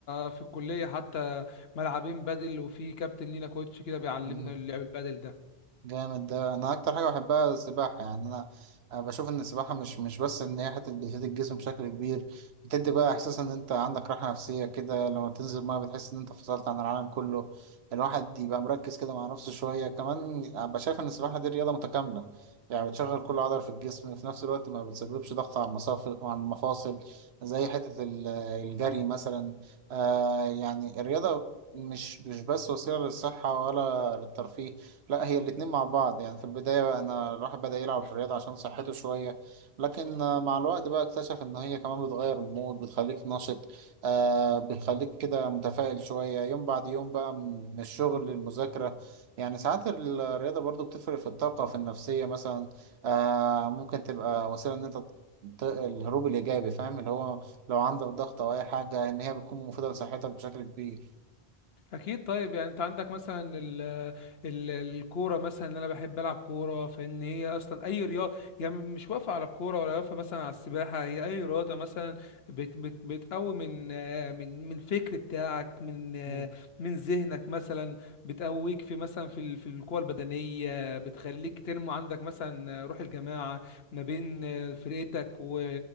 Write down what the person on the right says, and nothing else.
مم.
جامد ده انا اكتر حاجه بحبها السباحه يعني انا أنا بشوف ان السباحه مش مش بس ان هي حته بتفيد الجسم بشكل كبير بتدي بقى احساس ان انت عندك راحه نفسيه كده لما بتنزل الميه بتحس ان انت فصلت عن العالم كله الواحد يبقى مركز كده مع نفسه شويه كمان أبقى شايف ان السباحه دي رياضه متكامله يعني بتشغل كل عضله في الجسم وفي نفس الوقت ما بتسببش ضغط على المصافي وعلى المفاصل زي حته ال- الجري مثلا آه يعني الرياضه مش مش بس وسيله للصحه ولا للترفيه لا هي الاتنين مع بعض يعني في البداية بقى أنا الواحد بدأ يلعب في الرياضة عشان صحته شوية لكن آه، مع الوقت بقى اكتشف إن هي كمان بتغير المود بتخليك نشط آه بتخليك كده متفائل شوية يوم بعد يوم بقى م- من الشغل للمذاكرة يعني ساعات الرياضة برضو بتفرق في الطاقة في النفسية مثلا آه ممكن تبقى وسيلة إن أنت ت- الهروب الإيجابي فاهم اللي هو لو عندك ضغط أو أي حاجة إن هي بتكون مفيدة لصحتك بشكل كبير
مم.